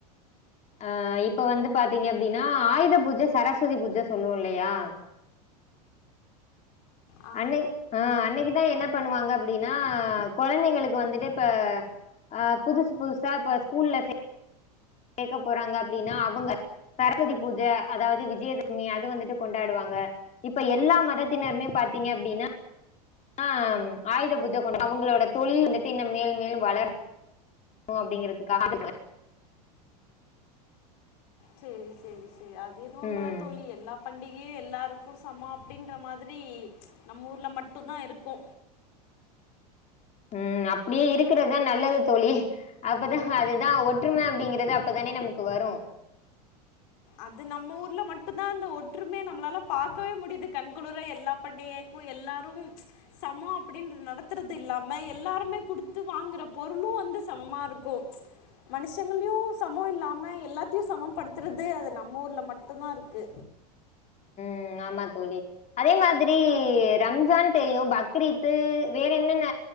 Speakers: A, on the left; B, on the left.
A: ஆ இப்ப வந்து பாத்திங்க அப்டினா ஆயுத பூஜ சரஸ்வதி பூஜ சொல்லுவோ இல்லையா
B: ஆ,
A: அன்னை ஆ அன்னைக்குதா என்ன பண்ணுவாங்க அப்டினா கொழந்தைங்களுக்கு வந்துட்டு இப்ப ஆ புதுசு புதுசா இப்ப ஸ்கூல்ல சேக்க போறாங்க அப்டின்னா அவங்க சரஸ்வதி பூஜை அதாது விஜயதசமி அது வந்துட்டு கொண்டாடுவாங்க இப்ப எல்லா மதத்தினருமே பாத்திங்க அப்டினா ஆ ஆயுத பூஜ கொண் அவங்களோட தொழில் வந்துட்டு இன்னு மேலு மேலு வளர் கு அப்டிங்கறதுக்காக <unintelligible>
B: சேரி சேரி சேரி அது என்னவோ உண்மதா
A: ம்
B: தோழி எல்லா பண்டிகையே எல்லாருக்கு சம அப்டின்ற மாதிரி நம்ம ஊர்ல மட்டுந்தா இருக்கு
A: உம் அப்டியே இருக்கிறதுதா நல்லது தோழி அப்பதா அதுதா ஒற்றும அப்டிங்கறது அப்பதானே நமக்கு வரு
B: அது நம்ம ஊர்ல மட்டுந்தா அந்த ஒற்றுமை நம்மளாலே பாக்கவே முடிது கண் குளுர எல்லா பண்டிகைக்கு எல்லாரும் சம அப்படின் நடத்துறது இல்லாம எல்லாருமே குடுத்து வாங்குற பொருளு வந்து சமமாருக்கு மனுஷங்களியு சம இல்லாம எல்லாத்தையு சமன்படுத்தறது நம்ம ஊர்ல மட்டுந்தா இருக்கு
A: உம் ஆமா தோழி அதே மாதிரி ரம்ஜான் தெரியு பக்ரீத்து வேற என்னென்ன